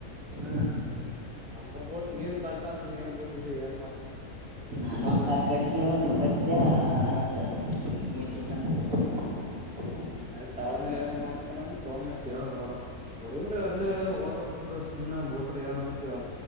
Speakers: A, on the right; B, in the centre.
A: ಹಾ
B: ನಂಬರ್ ಕೊ ನೀನ್ ಕಟ್ಟ ಅಂದ್ರ ನೀನು ಏನ್ ಮಾಡ್ತ
A: ನಾನ ಒಂದ್ಸಾರಿ ಕಟ್ಟಿದ್ದೆ ಮತ್ತೆ ಕಟ್ಟ್ದೆ ಆಯ್ತಡ್ <inaudible>
B: ಆಯ್ತ ಅವನು ಏನು ಮಾಡ್ತಾನ ಪೋನ ಹೇಳಿಡ ಹುಡುಗ್ರಿ ಅಲ್ಲಿ ಹೋದ ಹುಡುಗರು ಸುಮ್ನೆ ಬುಟ್ರ ಏನ ಅಂತವ